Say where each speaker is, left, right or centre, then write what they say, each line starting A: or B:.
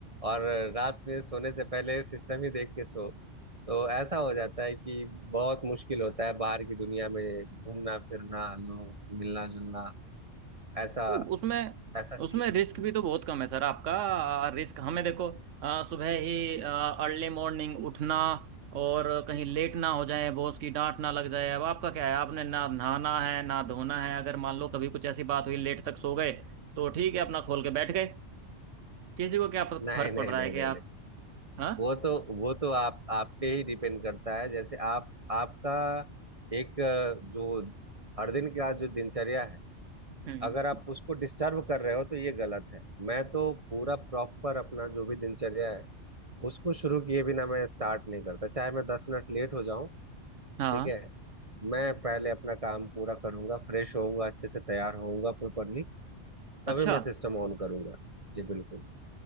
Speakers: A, on the right; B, on the right.
A: और रात में सोने से पहले सिस्टम ही देख के सो तो ऐसा हो जाता है कि बहुत मुश्किल होता है बाहर की दुनिया में घूमना फिरना लोगों से मिलना जुलना ऐसा
B: तो उसमें
A: ऐसा सी
B: उसमें रिस्क भी तो बहुत कम है सर आपका रिस्क हमें देखो अ, सुबह ही अर्ली मॉर्निंग उठना और कहीं लेट ना हो जाए बॉस की डांट ना लग जाए अब आपका क्या है आपने ना नहाना है ना धोना है अगर मान लो कभी कुछ ऐसी बात हुई लेट तक सो गए तो ठीक है अपना खोल के बैठ गए किसी को क्या फ-
A: नहीं
B: फर्क
A: नहीं
B: पड़ रहा
A: नहीं
B: है कि
A: नहीं
B: आप
A: नहीं
B: हाँ
A: वो तो वो तो आप आप पे ही डिपेंड करता है जैसे आप आपका एक अ, जो हर दिन का जो दिनचर्या है
B: हम्म
A: अगर आप उसको डिस्टर्ब कर रहे हो तो ये गलत है मैं तो पूरा प्रॉपर अपना जो भी दिनचर्या है उसको शुरू किए बिना मैं स्टार्ट नहीं करता चाहे मैं दस मिनट लेट हो जाऊं
B: हाँ
A: ठीक है मैं पहले अपना काम पूरा करूंगा फ्रेश होऊंगा अच्छे से तैयार होऊंगा प्रॉपरली
B: अच्छा
A: तभी मैं सिस्टम ऑन करूंगा जी बिल्कुल